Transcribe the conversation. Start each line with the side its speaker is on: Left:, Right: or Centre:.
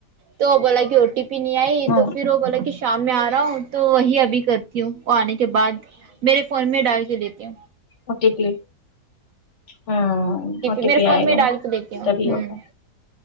Right: تو بولا کہ او ٹی پی نہیں آئی
Left: ہ
Right: تو پھر وہ بولا کہ شام میں آ رہا ہوں تو وہی ابھی کر تی ہوں اور آنے کے بعد میرے فون میں ڈال کے لیتی ہوں
Left: ا ٹی پی ہاں او ٹی
Right: میرے
Left: پی
Right: فون
Left: آئے
Right: میں
Left: گا
Right: ڈال کے لیتی ہوں
Left: تبھی
Right: ہوں
Left: ہوگا